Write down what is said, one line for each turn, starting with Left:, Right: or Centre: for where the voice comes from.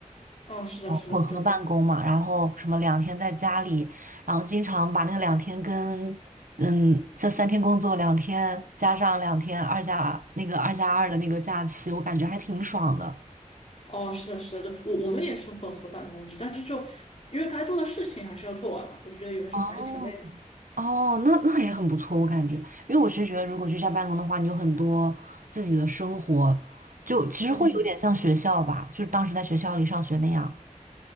Left: 嗯，是的，
Right: 哦，
Left: 是的，
Right: 混合办公嘛，
Left: 对，
Right: 然后什么两天在家里，然后经常把那个两天跟嗯，这三天工作，两天加上两天二加那个二加二的那个假期，我感觉还挺爽的。
Left: 哦，是的，是的，对，我我们也是混合办公制，但是就因为该做的事情还是要做完嘛，我就觉得有些时候还是挺累的。
Right: 哦哦，那那也很不错，我感觉，因为我是觉得，如果居家办公的话，你有很多自己的生活，就其实会有点像学校吧，
Left: 嗯。
Right: 就是当时在学校里上学那样。